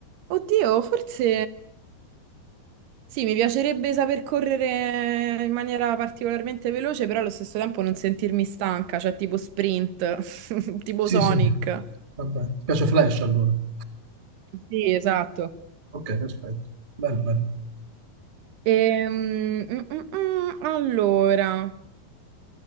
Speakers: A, on the right (about 75°); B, on the right (about 30°).
A: oddio, forse sì, mi piacerebbe saper correre in maniera particolarmente veloce, però allo stesso tempo non sentirmi stanca, cioè tipo sprint, <laughs> tipo
B: Sì,
A: Sonic.
B: sì, va bene. Ti piace Flash allora? <laughs>
A: Sì, esatto.
B: Ok, perfetto. Bello, bello.
A: Ehm, mm, mm, mm, allora,